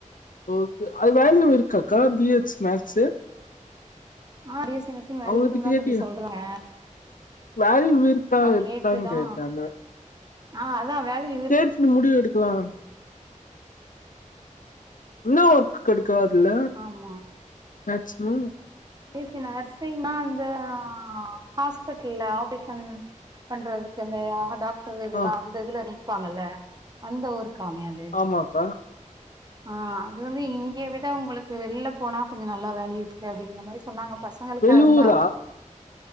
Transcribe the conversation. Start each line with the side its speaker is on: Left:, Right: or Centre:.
Left: ஓகே அது வல்யு இருக்காக்கா பிஎக்ஸ் மக்ஸு
Right: ஆ B S C nursing value
Left: அவங்ககிட்ட
Right: இருக்குன் தா
Left: கேட்டியா
Right: தம்பி சொல்றீங்க
Left: வேல்யூ இருக்கா இருக்கான்
Right: கேட்டுதா
Left: கேட்டே அந்த
Right: ஆ அதா வேல்யு
Left: கேட்னு முடிவு எடுக்கலா என்ன ஒர்க் கெடைக்கு அதுல
Right: ஆமா
Left: மேக்சிமம்
Right: பி எஸ் சி நர்சிங்னா அந்த ஹா ஹாஸ் பிட்ல்ல ஆபேஷன் பண்றதுக்கு இந்த ஆ டாக்டர் இதெல்லா
Left: ஆ
Right: வந் அந்த இதுல நிப்பாங்கல்ல அந்த ஒர்க்கு அமையாது
Left: துமா அக்கா
Right: ஆ அது வந்து இங்கே விட உங்களுக்கு வெள்ல போனா கொஞ்சோ நல்லா வேலயூ இருக்கு அப்டிங்கிற மாரி சொன்னாங்க பசங்களுக்கா
Left: வெல்லூரா
Right: இருந்தா